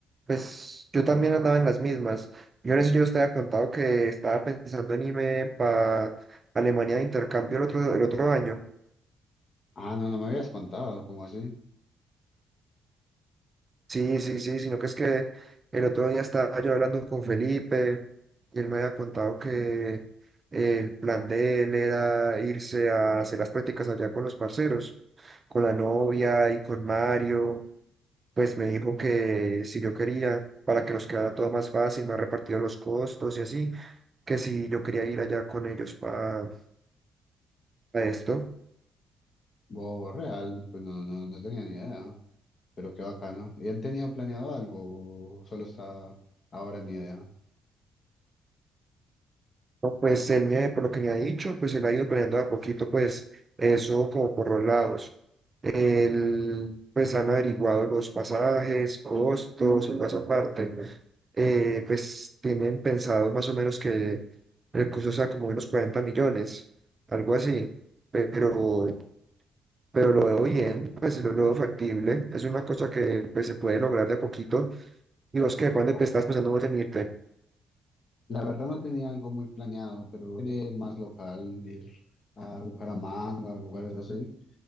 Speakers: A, on the right (about 30°); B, on the left (about 50°).
A: pues yo también andaba en las mismas. Yo les yo os había contado que estaba pensando en irme para Alemania de intercambio el otro, el otro año.
B: Ah, no, no me habías contado, ¿cómo así?
A: Sí, sí, sí, sino que es que el otro día estaba yo hablando con Felipe y él me había contado que el plan de él era irse a hacer las prácticas allá con los parceros, con la novia y con Mario. Pues me dijo que si yo quería, para que nos quedara todo más fácil, me ha repartido los costos y así, que si yo quería ir allá con ellos para esto.
B: Bo, real, pues no, no, no tenía ni idea, pero qué bacano. ¿Y han tenido planeado algo o solo está ahora en idea?
A: No, Pues él me, por lo que me ha dicho, pues él ha ido planeando de a poquito, pues eso como por los lados. El- pues han averiguado los pasajes, costos y toda esa parte. Eh, pues tienen pensado más o menos que el costo sea como unos 40 millones, algo así. Pero, pero lo veo bien, pues lo, lo veo factible. Es una cosa que pues, se puede lograr de a poquito. Y vos que de pronto,
B: O-
A: pues, estás pensando vos en irte.
B: La verdad no tenía algo muy planeado, pero quería ir más local, ir a Bucaramanga o lugares así.